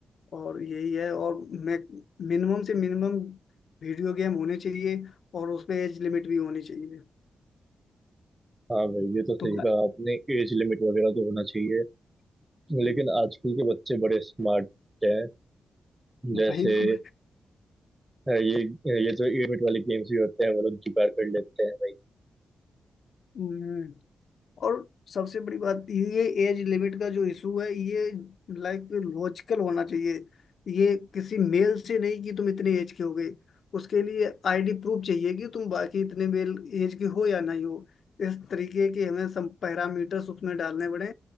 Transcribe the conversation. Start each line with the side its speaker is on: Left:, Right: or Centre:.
Left: और यही है और मैं मिनिमम से मिनिमम वीडियो गेम होने चाहिए और उसमें एज लिमिट भी होनी चाहिए
Right: हाँ भाई ये तो
Left: तुम
Right: सही कहा आपने एज लिमिट वगैरह तो होना चाहिए
Left: हम्म,
Right: लेकिन आजकल के बच्चे बड़े स्मार्ट हैं जैसे
Left: भाई तुम
Right: अ, ये ये जो एज लिमिट वाले गेम्स भी होते हैं वो लोग जुगाड़ कर लेते हैं भाई
Left: हम्म, और सबसे बड़ी बात ये एज लिमिट का जो इशू है ये लाइक लॉजिकल होना चाहिए ये किसी मेल से नहीं कि तुम इतने एज के हो गए उसके लिए आईडी प्रूफ चाहिए कि तुम बाकी इतने मेल एज के हो या नहीं हो इस तरीके के हमें सब पैरामीटर्स उसमें डालने पड़े